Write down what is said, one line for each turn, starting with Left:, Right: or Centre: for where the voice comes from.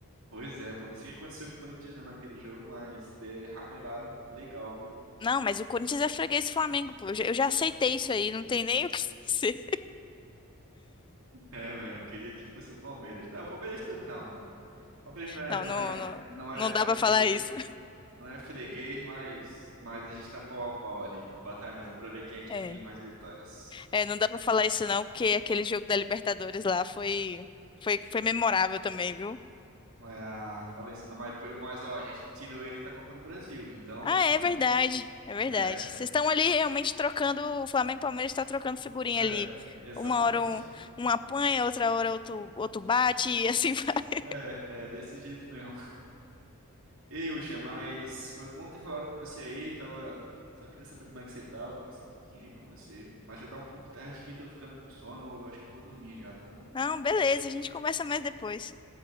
Right: Pois é, pô. Não sei o que aconteceu com o Corinthians não naquele jogo, mas derramelaram legal, viu?
Left: Não, mas o Corinthians é freguês do Flamengo, pô. Eu já, eu já aceitei isso aí, não tem nem o que <laughs> fazer.
Right: É mesmo. Queria que fosse o Palmeiras. Tá, o Palmeiras também. Não, não. O Palmeiras não é,
Left: Não,
Right: não
Left: não,
Right: é,
Left: não,
Right: não
Left: não
Right: é, não
Left: dá
Right: é
Left: pra
Right: freguês.
Left: falar isso.
Right: Não é freguês, mas, mas a gente tá pau a pau ali, batalhando pra ver quem aqui
Left: É.
Right: tem mais vitórias.
Left: É, não dá pra falar isso não, porque aquele jogo da Libertadores lá foi, foi, foi memorável também, viu?
Right: É, ah, falei isso não, mas, mas ó, a gente tirou eles da Copa do Brasil, então,
Left: Ah, é
Right: né?
Left: verdade, é verdade.
Right: É,
Left: Vocês estão ali realmente trocando, o Flamengo e Palmeiras estão trocando figurinha
Right: é,
Left: ali.
Right: exatamente.
Left: Uma hora um, um apanha, outra hora outro, outro bate e assim <laughs> vai.
Right: É, é desse jeito mesmo. Ei, Ucha, mas foi bom ter falado com você aí, tava... Só queria saber como é que você tá, conversar um pouquinho aí com você. Mas já tá um pouco tarde aqui, tô ficando com sono, eu acho que eu vou dormir já, tá bom?
Left: Não, beleza, a gente conversa mais depois.